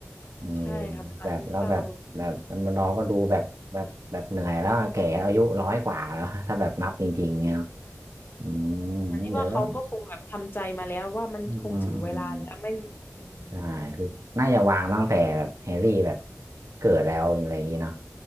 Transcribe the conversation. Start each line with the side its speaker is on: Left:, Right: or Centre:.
Right: เออ
Left: ใช่ครับเวลาที่เศร้า
Right: แบบแล้วแบบแบบมันเราก็ดูแบบแบบแบบเหนื่อยแล้วแก่แล้วอายุร้อยกว่าแล้ว <laughs> ถ้าแบบนับจริงๆเนี่ยเนาะอืมเดี๋ยวแล้ว
Left: เหมือนที่ว่าเขาก็คงแบบทำใจมาแล้วว่ามันคงถึงเวลาแล้วไม่อืม
Right: อืมอืมใช่คือน่าจะวางตั้งแต่แบบแฮร์รี่แบบเกิดแล้วอะไรอย่างนี้เนาะ